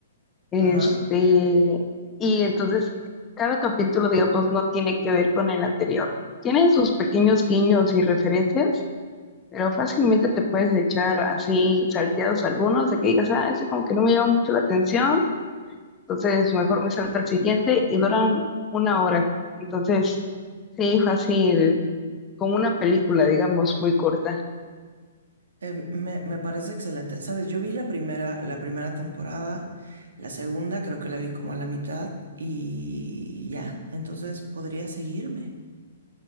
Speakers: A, on the left; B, on the right.
A: Este,
B: Ajá.
A: y entonces, cada capítulo, digamos, no tiene que ver con el anterior. Tienen sus pequeños guiños y referencias, pero fácilmente te puedes echar así salteados algunos de que digas, ah, ese como que no me llama mucho la atención entonces, mejor me salto al siguiente y duran una hora. Entonces, sí, fácil, como una película, digamos, muy corta.
B: Eh, me, me parece excelente. Sabes, yo vi la primera, la primera temporada, la segunda creo que la vi como a la mitad y ya, entonces podría seguirme.